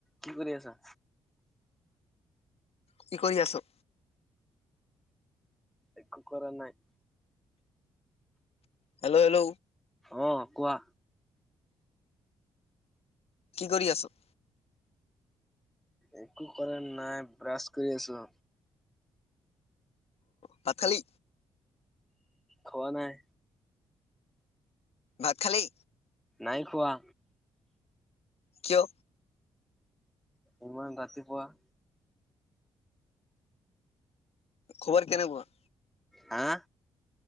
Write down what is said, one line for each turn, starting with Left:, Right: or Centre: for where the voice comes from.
Centre: কি কৰি আছা?
Left: কি কৰি আছ?
Centre: একো কৰা নাই।
Left: Hello, hello.
Centre: অ', কোৱা।
Left: কি কৰি আছ?
Centre: একো কৰা নাই। ব্ৰাছ কৰি আছো।
Left: ভাত খালি?
Centre: খোৱা নাই।
Left: ভাত খালী?
Centre: নাই খোৱা।
Left: কিয়?
Centre: ইমান ৰাতিপুৱা!
Left: খবৰ কেনেকোৱা?
Centre: হা'।